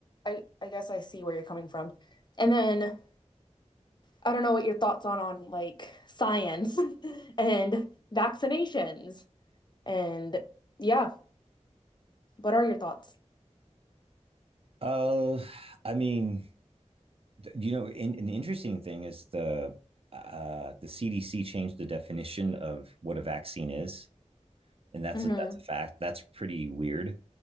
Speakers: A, on the left; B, on the right.
A: I I guess I see where you're coming from. And then I don't know what your thoughts on on like science <laughs> and vaccinations and yeah. What are your thoughts?
B: Uh, I mean, th- you know, in, an interesting thing is the uh, the CDC changed the definition of what a vaccine is and that's
A: Mm-hmm.
B: a, that's a fact. That's pretty weird.